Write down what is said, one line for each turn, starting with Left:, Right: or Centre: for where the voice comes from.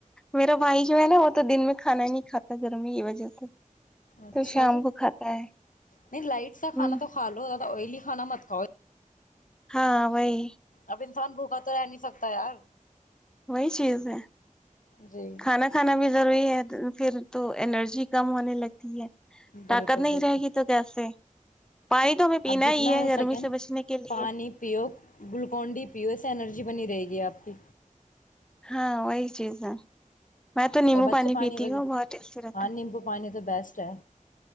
Centre: میرا بھائی جو ہے نا وہ تو دن میں کھانا ہی نہیں کاتا گرمی کی وجہ سے
Left: اچھا
Centre: تو شام
Left: جی
Centre: کو کھاتا ہے
Left: نہیں لائٹ سا کھانا
Centre: ہ
Left: تو کھا لو زیادہ آئلی کھانا مت کو
Centre: ہاں وہی
Left: اب انسان بھوکا تو رہ نہیں سکتا یار
Centre: وہی چیز ہے
Left: جی
Centre: کھانا کھانا بھی زروری ہے پھر تو انرجی کم ہونے لگتی ہے
Left: بالکل
Centre: طاقت نہیں
Left: بالکل
Centre: رہے گی تو کیسے پانی تو ہمیں پینا
Left: اب جتنا
Centre: ہی ہے
Left: ہو
Centre: گرمی
Left: سکے
Centre: سے
Left: نا
Centre: بچنے کے لیے
Left: پانی پیو گلوکون ڈی پیو اسے اینرجی جی بنی رہے گی آپ کی
Centre: ہاں وہی چیز ہے میں تو نیمبو
Left: اور بچے
Centre: پانی پیتی
Left: وغیرہ
Centre: ہوں بہت ٹیسٹی رہتا
Left: ہاں
Centre: ہے
Left: نیمبو پانی تو بیسٹ ہے